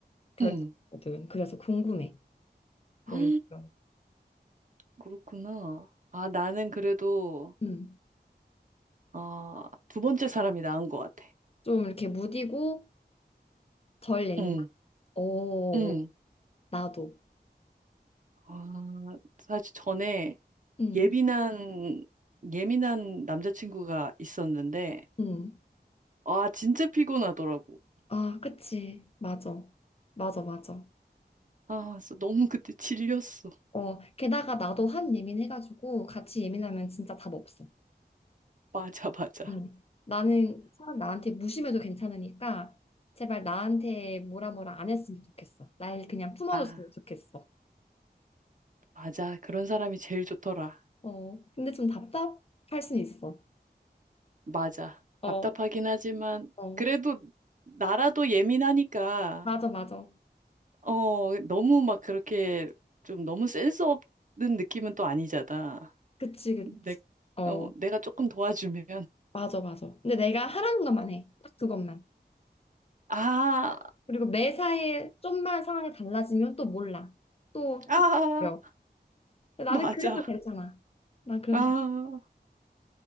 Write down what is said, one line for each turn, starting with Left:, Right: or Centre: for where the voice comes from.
Left: 결정하거든.
Right: 응.
Left: 그래서 궁금해. 너의
Right: 헉,
Left: 의견.
Right: 그렇구나. 아, 나는 그래도,
Left: 음.
Right: 아, 두 번째 사람이 나은 것 같아.
Left: 좀 이렇게 무디고 덜 예민한?
Right: 응,
Left: 오,
Right: 응.
Left: 나도.
Right: 아, 사실 전에
Left: 음,
Right: 예민한, 예민한 남자친구가 있었는데,
Left: 음.
Right: 아, 진짜 피곤하더라고.
Left: 아, 그치. 맞아. 맞아, 맞아.
Right: 아, 그래서 너무 그때 질렸어.
Left: 어, 게다가 나도 한 예민해가지고 같이 예민하면 진짜 답 없어.
Right: 맞아, 맞아.
Left: 음. 나는 사람 나한테 무심해도 괜찮으니까 제발 나한테 뭐라 뭐라 안 했으면 좋겠어. 날 그냥 품어줬으면
Right: 아,
Left: 좋겠어.
Right: 맞아. 그런 사람이 제일 좋더라.
Left: 어, 근데 좀 답답할 순 있어.
Right: 맞아.
Left: 어,
Right: 답답하긴 하지만,
Left: 어,
Right: 그래도 나라도 예민하니까,
Left: 맞아, 맞아.
Right: 어, 너무 막 그렇게 좀 너무 센스 없는 느낌은 또 아니잖아.
Left: 그치, 그치.
Right: 내,
Left: 어,
Right: 어, 내가 조금 도와주면,
Left: 맞아, 맞아. 근데 내가 하라는 것만 해. 딱 그것만.
Right: 아,
Left: 그리고 매사에 좀만 상황이 달라지면 또 몰라. 또,
Right: 아,
Left: 또 바뀌어. 근데
Right: 맞아.
Left: 나는 그래도 괜찮아. 난 그래도
Right: 아,
Left: 괜찮아.